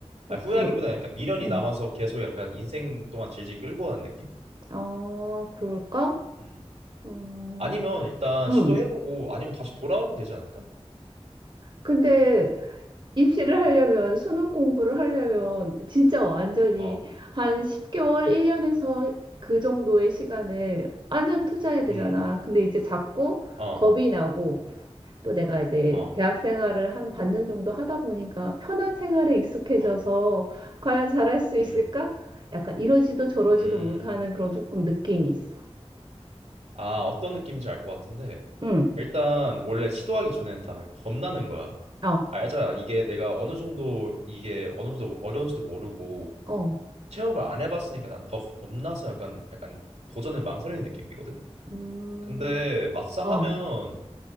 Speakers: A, on the right; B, on the right.
A: 아,
B: 어,
A: 후회하기보다
B: 그래.
A: 약간 미련이
B: 응,
A: 남아서 계속 약간 인생 동안 질질 끌고 가는 느낌?
B: 어, 그럴까?
A: 음,
B: 음,
A: 아니면 일단
B: 응.
A: 시도해보고 아니면 다시 돌아오면 되지 않을까?
B: 근데 입시를
A: 음.
B: 하려면, 수능 공부를 하려면, 진짜 완전히
A: 어,
B: 한 10개월, 1년에서 그 정도의 시간을 완전 투자해야 되잖아.
A: 음,
B: 근데 이제 자꾸
A: 어,
B: 겁이 나고, 또 내가 이제
A: 어,
B: 대학 생활을 한 반년 정도 하다 보니까 편한 생활에 익숙해져서
A: 어,
B: 과연 잘할 수
A: 음,
B: 있을까? 약간 이러지도 저러지도
A: 음.
B: 못하는 그런 조금 느낌이 있어.
A: 아, 어떤 느낌인지 알 것 같은데.
B: 응,
A: 일단, 원래 시도하기 전에는 다 겁나는 거야.
B: 어,
A: 알잖아. 이게 내가 어느 정도, 이게 어느 정도 어려운지도 모르고,
B: 어,
A: 체험을 안 해봤으니까 난 더 겁나서 약간 약간 도전을 망설이는 느낌이거든.
B: 음,
A: 근데 막상
B: 어,
A: 하면